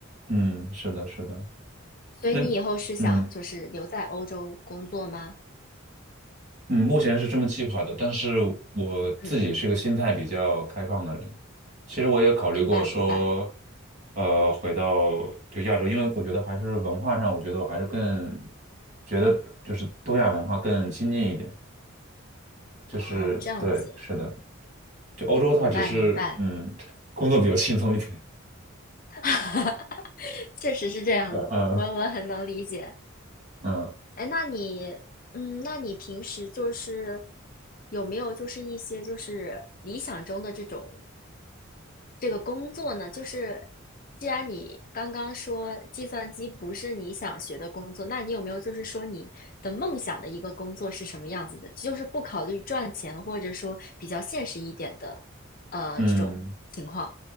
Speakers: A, on the right; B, on the left.
A: 嗯，是的，是的，
B: 所以你以后是想就是留在欧洲工作吗？
A: 那嗯嗯，目前是这么计划的，但是我自己是个心态比较开放的人，
B: 嗯嗯，
A: 其实我也考虑过说，
B: 明白明白。
A: 呃，回到就亚洲，因为我觉得还是文化上，我觉得我还是更觉得就是东亚文化更亲近一点，就是对，
B: 哦，这样子，
A: 是的，就欧洲它只是嗯工作比较轻松一点。
B: 明白明白。<laughs> 确实是这样的，
A: 嗯嗯
B: 我我很能理解。
A: 嗯，
B: 哎，那你，嗯，那你平时就是有没有就是一些就是理想中的这种这个工作呢，就是既然你刚刚说计算机不是你想学的工作，那你有没有就是说你的梦想的一个工作是什么样子的？就是不考虑赚钱，或者说比较现实一点的，呃，
A: 嗯，
B: 这种情况。